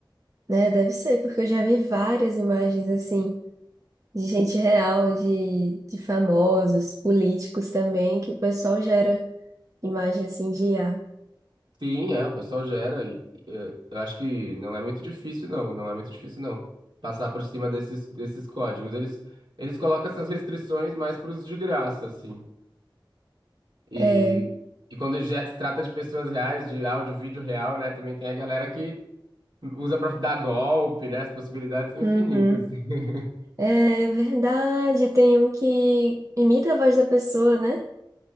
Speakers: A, on the right; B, on the right.
A: Né, deve ser, porque eu já vi várias imagens assim. de gente real, de, de famosos, políticos também, que o pessoal gera imagem assim de IA.
B: Sim, é, o pessoal gera e, e, eh, eu acho que não é muito difícil, não, não é muito difícil, não, passar por cima desses, desses códigos. Eles, eles colocam essas restrições mais para os de graça, assim. E,
A: É,
B: e quando já se trata de pessoas reais, de áudio, vídeo real, né, também tem a galera que usa para dar golpe, né, as possibilidades são
A: uhum.
B: infinitas. <laughs>
A: É verdade, tem um que imita a voz da pessoa, né?